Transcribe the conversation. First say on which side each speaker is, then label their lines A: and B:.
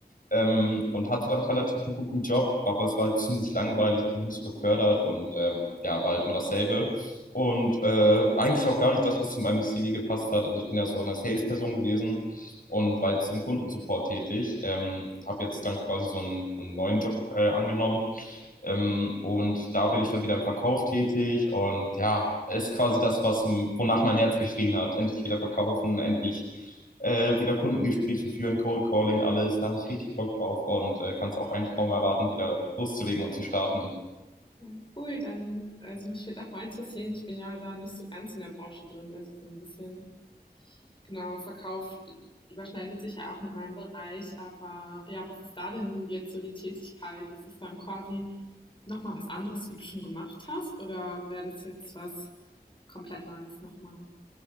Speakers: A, on the left; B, on the left.
A: Ähm, und hatte da auch relativ einen guten Job, aber es war halt ziemlich langweilig, habe mich nicht so gefördert und ähm, ja, war halt immer dasselbe. Und äh, eigentlich auch gar nicht das, was zu meinem CV gepasst hat. Also ich bin ja so eine Salesperson gewesen und war jetzt zum Kundensupport tätig. Ähm, habe jetzt dann quasi so einen, so einen neuen Job äh, angenommen. Ähm, und da bin ich dann wieder im Verkauf tätig und ja, ist quasi das, was, wonach mein Herz geschrien hat. Endlich wieder verkaufen, endlich äh, wieder Kundengespräche führen, Cold Calling, alles. Da habe ich richtig Bock drauf und äh, kann es auch eigentlich kaum erwarten, wieder loszulegen und zu starten.
B: Ja, Cool, dann, also mich würde auch mal interessieren, ich bin ja da nicht so ganz in der Branche drin, also so ein bisschen Genau, Verkauf überschneidet sich ja auch mit meinem Bereich, aber ja, was ist da denn jetzt so die Tätigkeit? Ist es dann quasi noch mal was anderes, wie du schon gemacht hast, oder wäre das jetzt was komplett Neues noch mal?